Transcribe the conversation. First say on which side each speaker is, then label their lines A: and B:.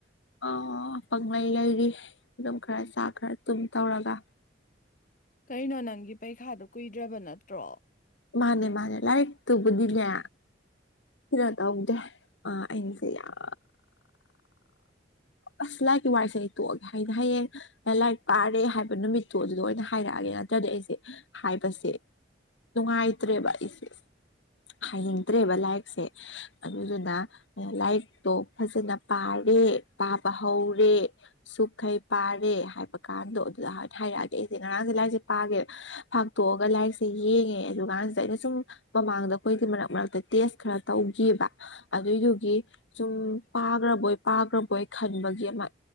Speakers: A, on the left; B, on the left.
A: ꯑ ꯄꯪꯪꯂꯩ ꯂꯩꯔꯤ ꯑꯗꯨꯝ ꯈꯔ ꯆꯥꯛ ꯈꯔ ꯇꯨꯝ ꯇꯧꯔꯒ
B: ꯀꯩꯅꯣ ꯅꯪꯒꯤ ꯄꯩꯈꯥꯗꯣ ꯀꯨꯏꯗ꯭ꯔꯕ ꯅꯠꯇ꯭ꯔꯣ
A: ꯃꯥꯅꯦ ꯃꯥꯅꯦ ꯂꯥꯏꯔꯤꯛ ꯇꯨꯕꯨꯗꯤꯅ ꯀꯩꯅꯣ ꯇꯧꯗꯦ ꯑꯥ ꯑꯩꯁꯦ ꯌꯥꯝ ꯑꯁ ꯂꯥꯏꯔꯤꯛꯀꯤ ꯋꯥꯔꯤꯁꯦ ꯑꯩ ꯇꯣꯛꯑꯒꯦ ꯑꯩꯅ ꯍꯌꯦꯡ ꯂꯥꯏꯔꯤꯛ ꯄꯥꯔꯦ ꯍꯥꯏꯕ ꯅꯨꯃꯤꯠꯇꯨ ꯑꯗꯨꯗ ꯑꯣꯏꯅ ꯍꯥꯏꯔꯛꯑꯒꯦ ꯅꯠꯇ꯭ꯔꯗꯤ ꯑꯩꯁꯦ ꯍꯥꯏꯕꯁꯦ ꯅꯨꯡꯉꯥꯏꯇ꯭ꯔꯦꯕ ꯑꯩꯁꯦ ꯍꯥꯏꯅꯤꯡꯗ꯭ꯔꯦꯕ ꯂꯥꯏꯔꯤꯛꯁꯦ ꯑꯗꯨꯗꯨꯅ ꯂꯥꯏꯔꯤꯛꯇꯣ ꯐꯖꯅ ꯄꯥꯔꯦ ꯄꯥꯕ ꯍꯧꯔꯦ ꯁꯨꯛꯈꯩ ꯄꯥꯔꯦ ꯍꯥꯏꯕꯀꯥꯟꯗꯣ ꯑꯗꯨꯗ ꯍꯥꯏꯅ ꯍꯥꯏꯔꯛꯑꯒꯦ ꯑꯩꯁꯦ ꯉꯔꯥꯡꯁꯦ ꯂꯥꯏꯔꯤꯁꯦ ꯄꯥꯒꯦ ꯐꯥꯛꯇꯣꯛꯑꯒ ꯂꯥꯏꯔꯤꯛꯁꯦ ꯌꯦꯡꯉꯦ ꯑꯗꯨ ꯀꯥꯟꯁꯤꯗ ꯑꯩꯅ ꯁꯨꯝ ꯃꯃꯥꯡꯗ ꯑꯩꯈꯣꯏꯒꯤ ꯃꯔꯛ ꯃꯔꯛꯇ ꯇꯦꯁ ꯈꯔ ꯇꯧꯈꯤꯕ ꯑꯗꯨꯏꯗꯨꯒꯤ ꯁꯨꯝ ꯄꯥꯈ꯭ꯔꯕꯣꯏ ꯄꯥꯈ꯭ꯔꯕꯣꯏ ꯈꯟꯕꯒꯤ ꯑꯃ